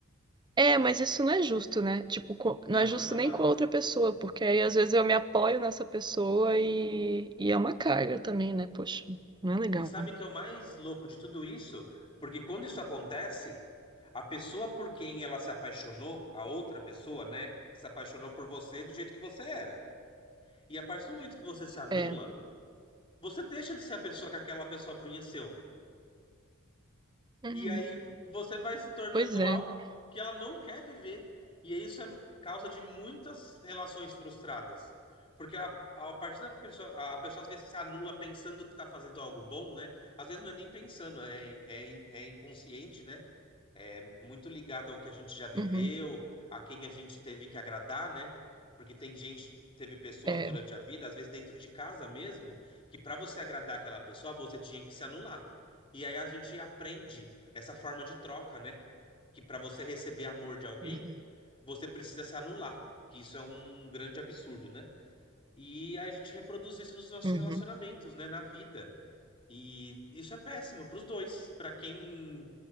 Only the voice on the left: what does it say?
Não,
jamais.
E sabe que é o mais louco de tudo isso? Porque quando isso acontece, a pessoa por quem ela se apaixonou, a outra pessoa, né? Se apaixonou por você do jeito que você era. E a partir do momento que você se anula,
você deixa de ser a pessoa que aquela pessoa conheceu.
E aí você vai se tornando
algo
que ela não quer viver. E isso é causa de muitas relações frustradas. Porque a, a partir da pessoa, a pessoa às vezes se anula pensando que está fazendo algo bom, né? Às vezes não é nem pensando, é, é, in- é inconsciente, né? é muito ligado ao que a gente já viveu,
a quem a gente teve que agradar, né? Porque tem gente, teve pessoas
durante a vida, às vezes dentro de casa mesmo, que para você agradar aquela pessoa, você tinha que se anular. E aí a gente aprende essa forma de troca, né? Que para você receber amor de alguém,
você precisa se anular, que isso é um grande absurdo, né? E aí a gente reproduz isso nos nossos
relacionamentos, né, na vida. E isso é péssimo para os dois, para quem